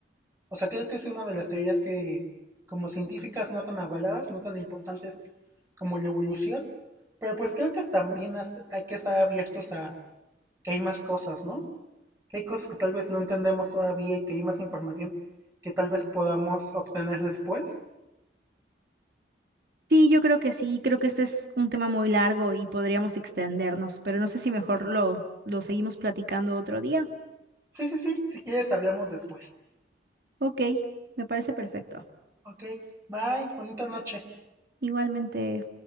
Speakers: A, on the right; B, on the right.
A: O sea, creo que es una de las teorías que, como científicas, no tan avaladas, no tan importantes como la evolución, pero pues creo que también has- hay que estar abiertos a que hay más cosas, ¿no? Que hay cosas que tal vez no entendemos todavía y que hay más información que tal vez podamos obtener después.
B: Sí, yo creo que sí, creo que este es un tema muy largo y podríamos extendernos, pero no sé si mejor lo, lo seguimos platicando otro día.
A: Sí, sí, sí, si quieres hablamos después.
B: Ok, me parece perfecto.
A: Ok, bye, bonita noche.
B: Igualmente.